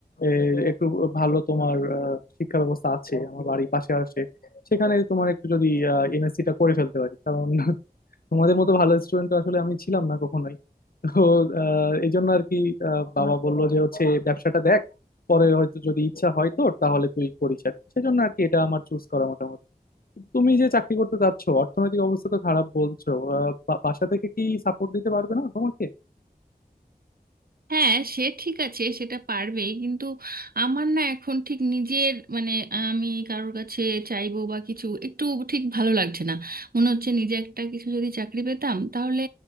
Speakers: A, on the left; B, on the right.
A: এ, একটু ভালো তোমার আহ, শিক্ষা ব্যবস্থা আছে আমার বাড়ির পাশে আছে সেখানে তোমার একটু যদি এমএসসি টা করে ফেলতে পারি কারণ তোমাদের মতো ভালো স্টুডেন্ট আসলে আমি ছিলাম না কখনোই তো আহ, এই জন্য আর কি আহ, বাবা বললো যে হচ্ছে ব্যবসাটা দেখ পরে হয়তো যদি ইচ্ছা হয় তোর তাহলে তুই করিস আর কি। সেজন্য আর কি এটা আমার চুজ করা মোটামুটি তুমি যে চাকরি করতে চাচ্ছ অর্থনৈতিক অবস্থা তো খারাপ বলছো আহ, বা- বাসা থেকে কি সাপোর্ট দিতে পারবে না তোমাকে
B: হ্যাঁ সে ঠিক আছে সেটা পারবেই কিন্তু আমার না এখন ঠিক নিজের মানে আমি কারোর কাছে চাইবো বা কিছু একটু ঠিক ভালো লাগছে না মনে হচ্ছে নিজে একটা কিছু যদি চাকরি পেতাম তাহলে